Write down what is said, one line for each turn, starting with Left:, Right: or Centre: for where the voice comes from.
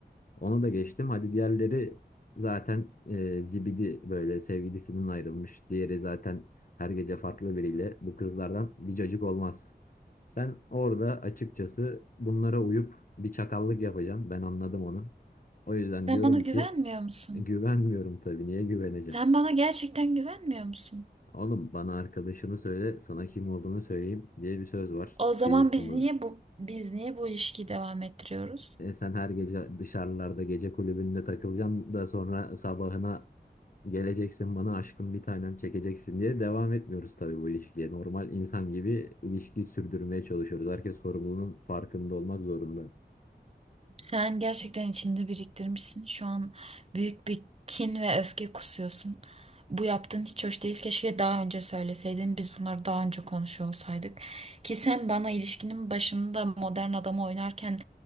Left: Onu da geçtim. Hadi diğerleri zaten e, zibidi böyle sevgilisinden ayrılmış. Diğeri zaten her gece farklı biriyle. Bu kızlardan bir cacık olmaz. Sen orada açıkçası bunlara uyup bir çakallık yapacaksın. Ben anladım onu. O yüzden
Right: Sen
Left: diyorum
Right: bana güvenmiyor
Left: ki
Right: musun?
Left: güvenmiyorum tabii. Niye güveneceğim?
Right: Sen bana gerçekten güvenmiyor musun?
Left: Oğlum bana arkadaşını söyle, sana kim olduğunu söyleyeyim diye bir söz var.
Right: O zaman
Left: Bilirsin
Right: biz
Left: bunu.
Right: niye bu biz niye bu ilişkiyi devam ettiriyoruz?
Left: E sen her gece dışarılarda gece kulübünde takılacaksın da sonra sabahına geleceksin bana aşkım bir tanem çekeceksin diye devam etmiyoruz tabii bu ilişkiye. Normal insan gibi ilişkiyi sürdürmeye çalışıyoruz. Herkes sorumluluğunun farkında olmak zorunda.
Right: Sen gerçekten içinde biriktirmişsin. Şu an büyük bir kin ve öfke kusuyorsun. Bu yaptığın hiç hoş değil. Keşke daha önce söyleseydin. Biz bunları daha önce konuşuyor olsaydık. Ki sen bana ilişkinin başında modern adamı oynarken